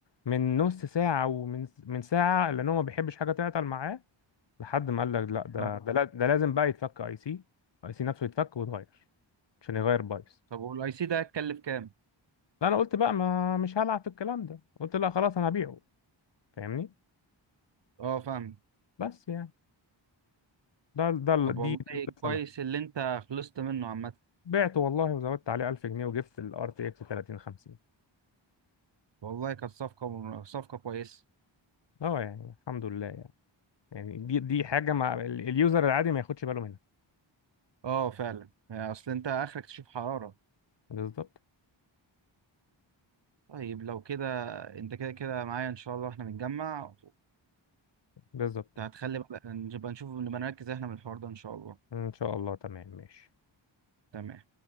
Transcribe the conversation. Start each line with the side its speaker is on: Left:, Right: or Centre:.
Left: من نص ساعة ومن من ساعة لان هو ما بيحبش حاجة تعطل معاه لحد ما قال لك لا ده
Right: اه
Left: ده, لا- ده لازم بقى يتفك اي سي اي سي نفسه يتفك ويتغير عشان يغير بايظ
Right: طب والاي سي ده هيتكلف كام
Left: فانا قلت بقى ما مش هلعب في الكلام ده قلت لا خلاص انا هبيعه فاهمني
Right: اه فاهم
Left: بس يعني ده ده
Right: طب والله
Left: دي دي القصة
Right: كويس
Left: اللي-
Right: اللي انت خلصت منه عامه
Left: بعته والله وزودت عليه 1000 جنيه وجبت ال RTX 3050
Right: والله كانت صفقه صفقه كويسه
Left: اه يعني الحمد لله يعني. يعني دي دي حاجة مع ال- اليوزر العادي ما ياخدش باله منها
Right: اه فعلا يعني اصل انت اخرك تشوف حراره
Left: بالظبط
Right: طيب لو كده انت كده كده معايا ان شاء الله احنا بنتجمع
Left: بالظبط
Right: هتخلي بقى نبقى نشوف نبقى نركز احنا من الحوار ده ان شاء الله
Left: إن شاء الله تمام ماشي
Right: تمام